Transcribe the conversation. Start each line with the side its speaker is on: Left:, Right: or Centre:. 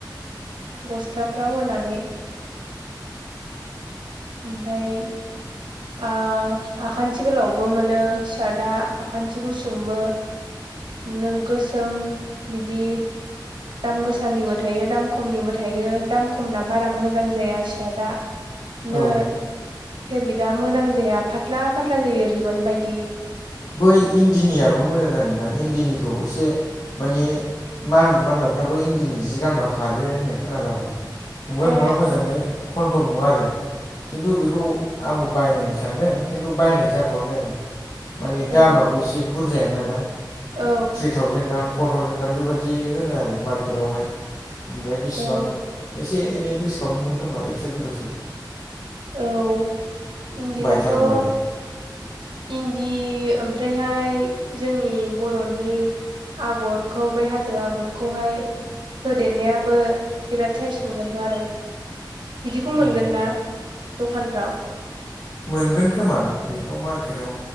Right: गस्लाफ्राव होनानै ओमफ्राय ओ आखान्थि गोलावबो मोनो सार्टआ आखान्थि गुसुंबो बिदिनो गोसोम बिदि दाम गोसानिबो थायो दाम खमनिबो थायो दाम खमना बारा मोजां जाया। सोदा
Left: औ
Right: नो फेब्रिकआ मोजां जाया फाथ्ला फाथ्ला जायो रिबन बायदि
Left: बै इन्दिनियाबो मोजां जागोनदां इन्दिनिखौ एसे माने मानलु मानलाफ्राबो इन्दिनि जि गानबा खारो होननाय खोनालाबायदों। नंबगौना
Right: औ
Left: नङा मोजाङै कनफार्म नङा आरो खिन्थु बेखौ आंबो बायनायनो सानदों खिन्थु बायनाय जाथ'वाखै आरो माने दामाबो
Right: औ
Left: एसे बुरजाय नालाय
Right: औ
Left: थ्रि थावजेनन गाहाम फर थावजेन गाहाम बेबायदि होनो आरो मार्केटआवहाय ओमफ्राय बेसेबां
Right: औ
Left: एसे एनै डिसकाउन्ट मोनगोन खोमा एक्स' दुइस'सो
Right: औ इन्दिनाथ'
Left: बायथारब्लालाय
Right: इन्दि ओमफ्रायहाय जोंनि बर'नि आगरखौ बे हाजो आगरखौहाय होदेरनायाबो बिराद साइज नुगोनथ' आरो बिदिखौ मोनगोन
Left: उम
Right: ना दखानफ्राव
Left: मोनगोन खोमा बेखौ मार्केटाव